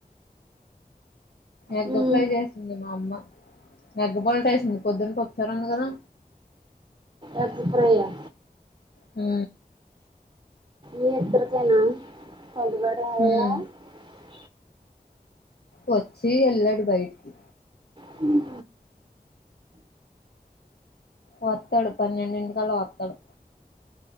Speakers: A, on the left; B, on the right.
A: ఎగ్గ
B: మ్మ్
A: ఫ్రై చేసింది మా అమ్మ. ఎగ్గ బల్ట్ వేసింది, పొద్దున్న పప్పుచారు అన్న కదా.
B: ఎగ్ ఫ్రై ఆ?
A: ఉ
B: మీ ఇద్దరికేనా? కొందుగడ ఆయ
A: హ్మ్
B: <unintelligible>
A: వచ్చి ఎలడు బయటికి
B: హమ్
A: వస్తాడు పన్నెండింటికలా వస్తాడు